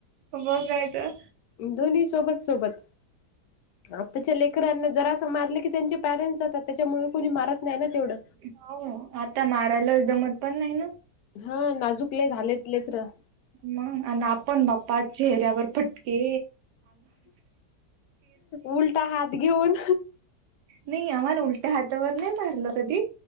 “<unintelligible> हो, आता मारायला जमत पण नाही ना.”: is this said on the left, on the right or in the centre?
Right